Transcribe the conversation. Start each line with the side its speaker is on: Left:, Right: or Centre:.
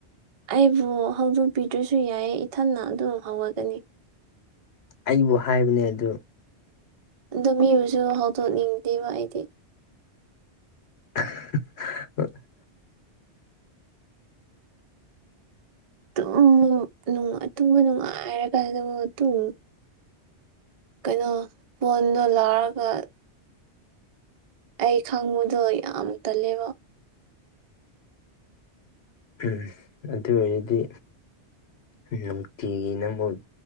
Right: ꯑꯩꯕꯨ ꯍꯧꯗꯣꯛꯄꯤꯗ꯭ꯔꯁꯨ ꯌꯥꯏ ꯏꯊꯟꯅ ꯑꯗꯨꯝ ꯍꯧꯔꯒꯅꯤ
Left: ꯑꯩꯕꯨ ꯍꯥꯏꯕꯅꯦ ꯑꯗꯨ
Right: ꯑꯣ ꯃꯤꯕꯨꯁꯨ ꯍꯧꯗꯣꯛꯅꯤꯡꯗꯦꯕ ꯑꯩꯗꯤ
Left: ꯍ
Right: ꯨꯇꯨꯝ ꯅꯨꯉꯥꯢ ꯇꯨꯝꯕ ꯅꯨꯡꯉꯥꯏꯔꯀꯥꯟꯗꯕꯨꯨꯝ ꯇꯨꯝ ꯀꯩꯅꯣ ꯐꯣꯟꯗꯣ ꯂꯥꯛꯔꯒ꯫ ꯑꯩ ꯈꯪꯕꯗꯣ ꯌꯥꯝ ꯇꯜꯂꯦꯕ
Left: ꯎꯝ ꯑꯗꯨ ꯑꯣꯏꯔꯗꯤ꯫ ꯅꯨꯡꯇꯤꯒꯤ ꯅꯪꯕꯨꯛ